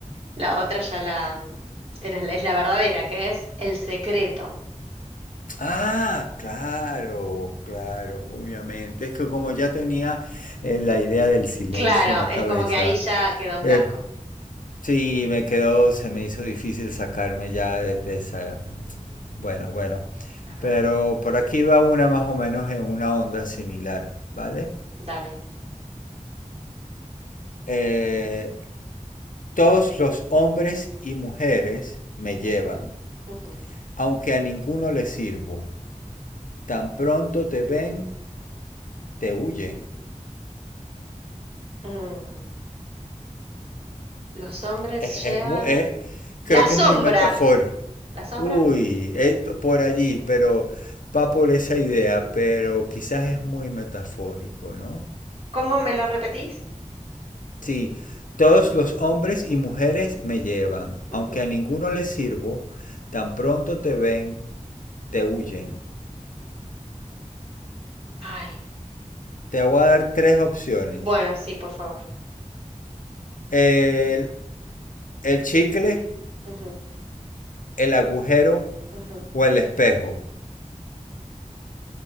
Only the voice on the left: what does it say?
Ah, claro, claro, obviamente. Es que como ya tenía eh, la idea del silencio
en la
cabeza,
eh,
sí, me quedó, se me hizo difícil sacarme ya de, de esa... Bueno, bueno.
Pero por aquí va una más o menos en una onda similar, ¿vale?
Eh, todos los hombres y mujeres me llevan,
aunque a ninguno les sirvo. Tan pronto te ven, te huyen.
Es,
es mu- es- creo
que es muy metafórico.
Uy, él p- por allí, pero va por esa idea, pero quizás es muy metafórico, ¿no?
Sí, todos los hombres y mujeres me llevan,
aunque a ninguno les sirvo, tan pronto te ven, te huyen.
Te voy a dar tres opciones.
El, el chicle,
el agujero
o el espejo.